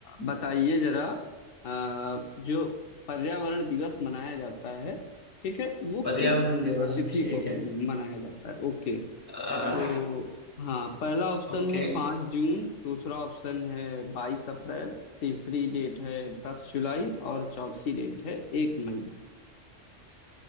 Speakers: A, on the left; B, on the left.
A: बताइए जरा अ, जो पर्यावरण दिवस मनाया जाता है ठीक है वो
B: पर्यावरण
A: किस
B: दिवस
A: तिथि
B: ठीक
A: को
B: है
A: मनाया जाता है ओके
B: अ,
A: तो हाँ पहला ऑप्शन
B: ओके
A: है पाँच जून दूसरा ऑप्शन है बाईस अप्रैल तीसरी डेट है दस जुलाई और चौथी डेट है एक मई